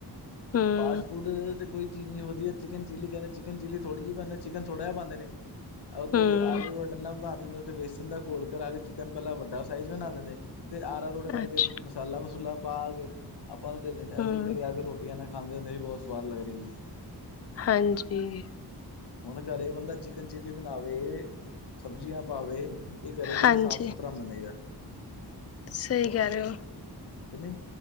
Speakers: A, on the left; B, on the left.
A: ਹੂੰ।
B: ਫਾਸਟ ਫੂਡ ਤੇ ਕੋਈ ਚੀਜ਼ ਨਈ ਵਦੀਆ, ਚਿਕਨ ਚਿਲੀ ਕਹਿੰਦੇ ਨੇ, ਚਿਕਨ ਚਿਲੀ ਥੋੜੀ ਜੀ ਪੇ, ਚਿਕਨ ਥੋੜਾ ਏ ਪਾਂਦੇ ਨੇ। ਉਹ ਤੇ
A: ਹਮ
B: ਅਰਾਰੋਟ ਇਨ੍ਹਾਂ ਬਣਾ ਦਿੰਦੇ ਨੇ, ਉਤੇ ਵੇਸਨ ਦਾ ਕੋੋਲ ਕਰਾ ਕੇ, ਚਿਕਨ ਪਹਿਲਾਂ ਵੱਡਾ ਸਾਈਜ਼ ਬਣਾ ਦਿੰਦੇ ਫੇਰ ਆਰਾ ਰੋੜ ਕਰਕੇ,
A: ਅੱਛਾ
B: ਮਸਾਲਾ ਮਸੂਲਾ ਪਾ ਕੇ ਅਪਾਂ ਨੂੰ ਦੇ ਦਿੰਦੇ, ਅਸੀਂ
A: ਹਮ
B: ਘਰੇ ਆ ਕੇ ਰੋਟੀਆਂ ਏਦੇ ਨਾਲ ਖਾਂਦੇ ਹੁਦੇ, ਬੌਤ ਸਵਾਦ ਲੱਗ ਰਈ ਜੀ।
A: ਹਾਂਜੀ।
B: ਹੁਣ ਘਰੇ ਬੰਦਾ ਚਿਕਨ ਚਿੱਲੀ ਬਣਾਵੇ, ਸਬਜ਼ੀਆਂ ਪਾਵੇ ਤੇ ਘਰੇ ਕਿੰਨਾ
A: ਹਾਂਜੀ
B: ਸਾਫ ਸੁਥਰਾ ਬਣੇਗਾ?
A: ਸਹੀ ਕਹਿ ਰਹੇ ਹੋ
B: ਕਿ ਨੀ?